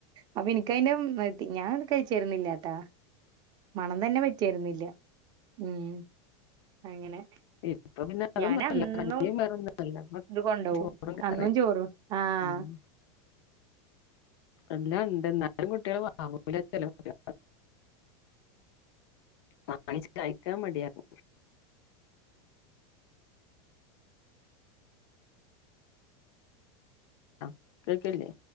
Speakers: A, on the right; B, on the left.
A: അപ്പൊ എനിക്ക ന്റെ മതി ഞാൻ കഴിച്ചിരുന്നില്ലാട്ടാ മണം തന്നെ പറ്റിര് ന്നില്ല ഉം അങ്ങനെ
B: ഇപ്പൊ പിന്നെ
A: ഞാന അന്നും
B: അധികം വേറൊന്നും അല്ല ഇപ്പൊ
A: ഇത് കൊണ്ടോവും
B: ചോറും കറിയും
A: അന്നും ചോറും ആഹ
B: ഉം എല്ലാണ്ട് ന്നാലും കുട്ടിള് വാങ്ങൂല ചെ ലോ ല് ന്നാണിച്ച്കഴിക്കാ മടിയാക്കും ആ കേക്കണ്‌ല്യ